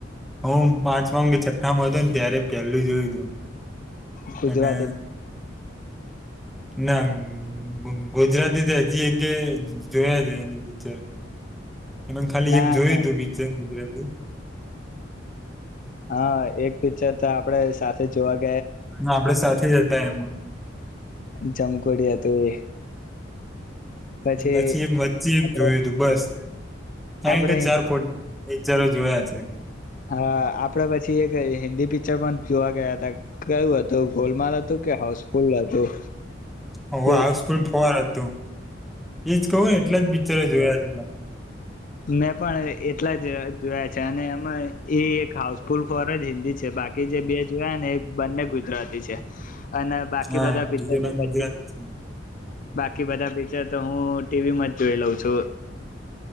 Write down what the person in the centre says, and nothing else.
હ પાંચમાં કે છઠ્ઠામાં હતોને ત્યારે પેલું જોયું તું
અને ના ગુ ગુજરાતી તો હજી એક જ જોયા જ એની પિકચર એ ખાલી
એક જોયું
તું બી <unintelligible> <inaudible>
હ આપડે સાથેજ હતા એમ <inaudible>
નથીી એક વ્ચી
એક જોયું તું બસ હંગ
જાર પો વિચારો જોયા છે
ઓ હઉસ
પણ ફવાર હતું. એજ કહું ને એટલા જ પિક્ચરો જોયાજ.
હા
ડીજેભાઈ
ગુજરાતી છે